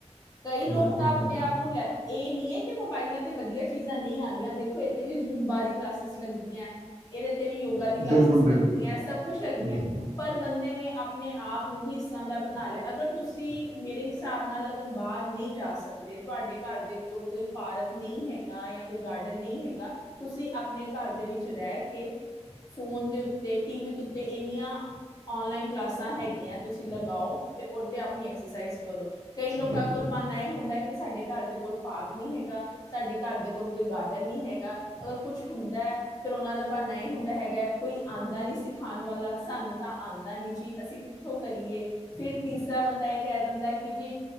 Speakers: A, on the left (about 30°); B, on the right (about 80°).
A: ਕਈ ਲੋਕ
B: ਬਿਲਕੁਲ
A: ਤਾਂ ਆਪਣੇ
B: ਬਿਲਕੁਲ
A: ਆਪ ਨੂੰ ਲੈ ਇਹ ਨਹੀਂ ਏ ਕਿ ਮੋਬਾਇਲਾਂ ਤੇ ਵਧੀਆ ਚੀਜ਼ਾਂ ਨਹੀਂ ਆਂਦੀਆਂ ਦੇਖੋ, ਇੱਥੇ ਵੀ ਜੁੰਬਾ ਦੀ ਕਲਾਸਿਸ ਲੱਗਦੀਆਂ, ਇਹਦੇ ਇੱਥੇ ਵੀ ਯੋਗਾ ਦੀ ਕਲਾਸਿਸ
B: ਬਿਲਕੁਲ ਬਿਲਕੁਲ
A: ਲੱਗਦੀਆ, ਸਭ ਕੁੱਛ ਲੱਗਦੀਆਂ
B: ਬਿਲਕੁਲ
A: ਪਰ ਬੰਦੇ ਨੇ ਆਪ ਆਪਣੇ ਆਪ ਨੂੰ ਹੀ ਇਸ ਤਰ੍ਹਾਂ ਦਾ ਬਣਾ ਲਿਆ, ਅਗਰ ਤੁਸੀਂ ਮੇਰੇ ਹਿਸਾਬ ਨਾਲ ਅਗਰ ਬਾਹਰ ਨਹੀਂ ਜਾ ਸਕਦੇ, ਤੁਹਾਡੇ ਘਰ ਦੇ ਕੋਲ ਕੋਈ ਪਾਰਕ ਨਹੀਂ ਹੈਗਾ, ਜਾਂ ਕੋਈ ਗਾਰਡਨ ਨਹੀਂ ਹੈਗਾ, ਤੁਸੀਂ ਆਪਣੇ ਘਰ ਦੇ ਵਿੱਚ ਰਹਿ ਕੇ, ਫੋਨ ਦੇ ਉੱਤੇ, ਟੀ ਵੀ ਦੇ ਉੱਤੇ, ਇੰਨੀਆਂ ਔਨਲਾਈਨ ਕਲਾਸਾਂ ਹੈਗੀਆਂ ਤੁਸੀਂ ਲਾਉ ਤੇ ਉਹ ਤੇ ਆਪਣੀ ਐਕਸਰਸਾਈਜ਼ ਕਰੋ, ਕਈ ਲੋਕਾਂ
B: ਬਿਲਕੁਲ
A: ਕੋਲ ਬਹਾਨਾ ਇਹ ਹੁੰਦਾ ਕਿ ਸਾਡੇ ਘਰ ਦੇ ਕੋਲ ਪਾਰਕ ਨਹੀਂ ਹੈਗਾ, ਸਾਡੇ ਘਰ ਦੇ ਕੋਲ ਕੋਈ ਗਾਰਡ, ਨਹੀਂ ਹੈਗਾ, ਅਗਰ ਕੁੱਛ ਹੁੰਦਾ ਫਿਰ ਉਹਨਾਂ ਦਾ ਬਹਾਨਾ ਨਹੀਂ ਹੁੰਦਾ ਹੈਗਾ, ਕੋਈ ਆਉਂਦਾ ਨੀ ਸਿਖਾਉਣ ਵਾਲਾ, ਸਾਨੂੰ ਤਾਂ ਆਉਂਦਾ ਨੀ ਜੀ ਅਸੀਂ ਕਿੱਥੋਂ ਕਰੀਏ, ਫਿਰ ਤੀਸਰਾ ਬੰਦਾ ਇਹ ਕਹਿ ਦਿੰਦਾ, ਕਿ ਜੀ